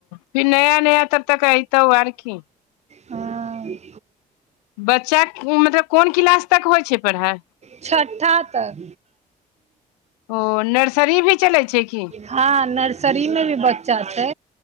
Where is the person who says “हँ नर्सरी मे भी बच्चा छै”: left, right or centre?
Right